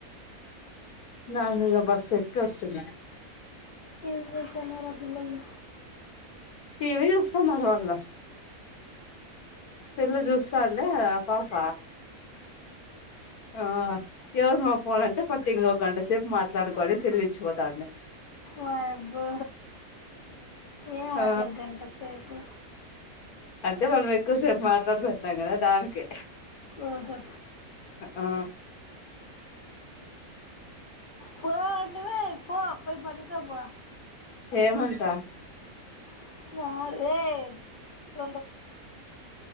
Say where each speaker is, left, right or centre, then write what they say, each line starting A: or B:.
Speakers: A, on the left; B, on the left.
A: <unintelligible>
B: ఎం చేస్తన్నారు ఆ పిల్లొలు
A: టివి చూస్తున్నారు వాళ్ళ సెల్ చూస్తండే ఆ పాప ఆ ఎవరు మా పోన్ అంటే పట్ ఇం ఒక గంట సేపు మాట్లాడుకని సెల్ ఇచ్చిపోతాండి
B: వయ్యబ్బో ఏం
A: ఆ
B: అట్ల గంట సేపు
A: అంటే మనం ఎక్కువసేపు మాట్లాడుకుంటాం కదా దానికి
B: ఓహో
A: ఆ
B: పో నువ్వే పో పోయి పనుకోపో
A: ఏమంట
B: <unintelligible>